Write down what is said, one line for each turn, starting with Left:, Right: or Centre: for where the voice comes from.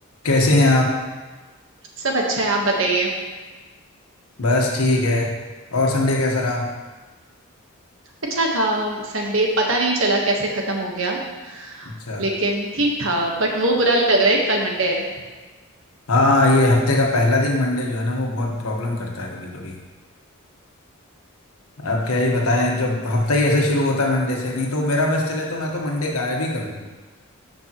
Left: कैसे हैं आप
Right: सब अच्छा है आप बताइए
Left: बस ठीक है और संडे कैसा रहा
Right: अच्छा था संडे पता नहीं चला कैसे खत्म हो गया
Left: अच्छा
Right: लेकिन ठीक था बट वो बुरा लग रहा है कल मंडे है
Left: हाँ ये हफ्ते का पहला दिन मंडे जो है ना वो बहुत प्रॉब्लम करता है कभी कभी अब क्या ही बताएं जब हफ्ता ही ऐसे शुरू होता है मंडे से नहीं तो मेरा बस चले तो मैं तो मंडे गायब ही कर दूं